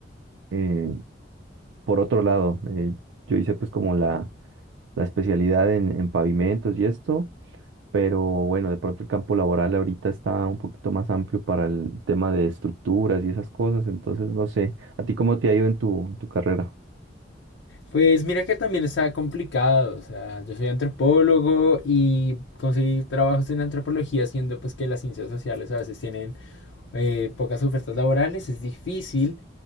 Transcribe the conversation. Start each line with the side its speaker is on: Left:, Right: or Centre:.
Right: eh, por otro lado, eh, yo hice pues como la, la especialidad en, en pavimentos y esto, pero bueno, de pronto el campo laboral ahorita está un poquito más amplio para el tema de estructuras y esas cosas, entonces no sé, ¿a ti cómo te ha ido en tu, en tu carrera?
Left: Pues mira que también está complicado, o sea, yo soy antropólogo y conseguir trabajos en antropología siendo pues que las ciencias sociales a veces tienen eh, pocas ofertas laborales, es difícil.